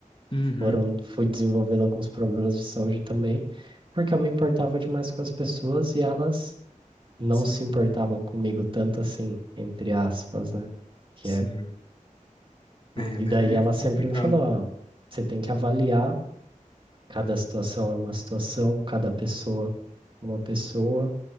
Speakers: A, on the left (about 40°); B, on the right (about 40°).
A: Uhum.
B: foram, fui desenvolvendo alguns problemas de saúde também, porque eu me importava demais com as pessoas e elas não
A: Sim,
B: se importavam comigo tanto assim, entre aspas, né? Que
A: sim.
B: é,
A: É,
B: e
A: daí
B: daí
A: é
B: ela sempre
A: complicado.
B: me falou, ah, você tem que avaliar, cada situação é uma situação, cada pessoa é uma pessoa,